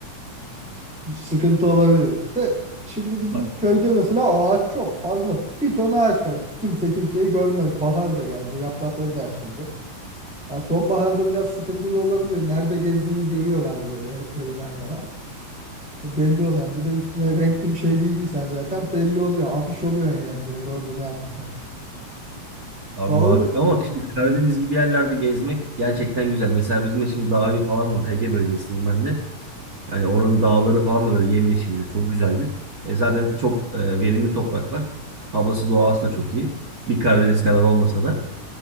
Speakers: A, in the centre; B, on the right.
A: <laughs> sıkıntı olabilir. De şimdi bizim
B: Bak,
A: köyde mesela ağaç çok fazla. Bir ton ağaç var. Kimse kimseyi görmez. Bahar da geldi. Yaprakları da açıldı. Ya sonbaharda biraz sıkıntılı olabiliyor. Nerede gezdiğini görüyorlar böyle <laughs> köyden falan. E, Belli olan. Bir de üstüne renkli bir şey giydiysen zaten belli oluyor. Afiş oluyor yani direkt orada ne yaptığını. <laughs>
B: Abi
A: Ya
B: muhakkak
A: öyle
B: ama şimdi Karadeniz gibi yerlerde gezmek gerçekten güzel. Mesela bizim de şimdi Dağ Evi falan var. Ege bölgesindeyim ben de. Yani oranın dağları falan da böyle yemyeşildir. Çok güzeldir. E zaten çok e, verimli topraklar. Havası, doğası da çok iyi. Bir Karadeniz kadar olmasa da.